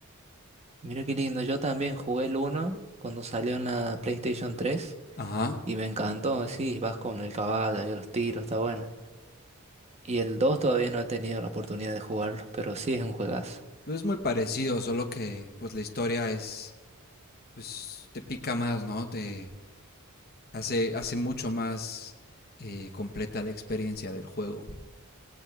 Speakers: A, on the right; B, on the left.
A: Mira qué lindo, yo también jugué el uno cuando salió en la PlayStation tres
B: Ajá.
A: y me encantó, sí, vas con el caballo y los tiros, está bueno. Y el 2 todavía no he tenido la oportunidad de jugarlo, pero sí es un juegazo.
B: Pues es muy parecido, solo que pues la historia es pues te pica más, ¿no? Te hace hace mucho más eh, completa la experiencia del juego.